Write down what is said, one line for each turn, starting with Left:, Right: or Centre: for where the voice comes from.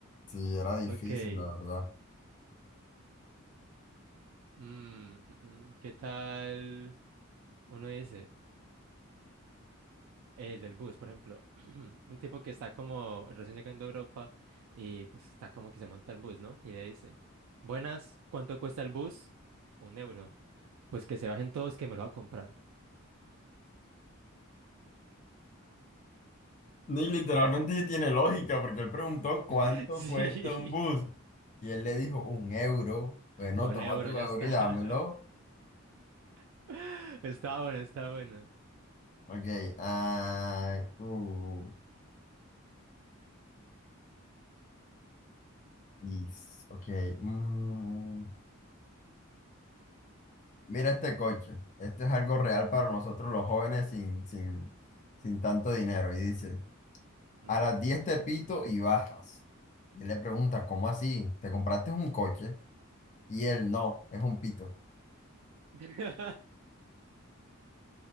Left: Sí, era difícil,
Right: Ok.
Left: la verdad.
Right: Mm, mm, mm. ¿qué tal? Uno dice. El del bus, por ejemplo, <clears throat> un tipo que está como recién llegando a Europa y pues está como que se monta el bus, ¿no? Y le dice, buenas, ¿cuánto cuesta el bus? Un euro. Pues que se bajen todos que me lo va a comprar.
Left: Ni literalmente tiene lógica, porque él preguntó cuánto
Right: <laughs> Sí,
Left: cuesta un bus. Y él le dijo, un euro. Bueno,
Right: un
Left: toma
Right: euro,
Left: tu
Right: ya
Left: euro
Right: está.
Left: y dámelo.
Right: <laughs> Está bueno, está bueno.
Left: Ok, ah, uh, y- s- ok. mm. Mira este coche. Esto es algo real para nosotros los jóvenes sin, sin, sin tanto dinero. Y dice,
Right: Ujú.
Left: a las 10 te pito y bajas. Y él le pregunta, ¿cómo así? ¿Te compraste un coche? Y él, no, es un pito.
Right: <laughs>